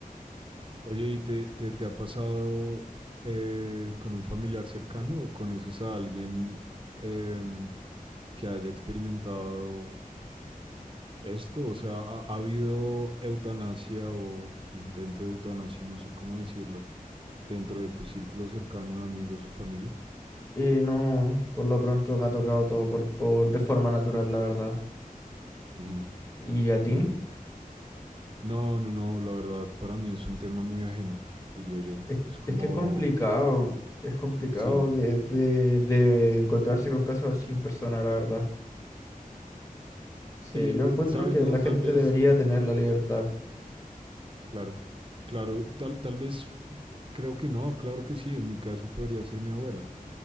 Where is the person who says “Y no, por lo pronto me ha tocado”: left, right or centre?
Left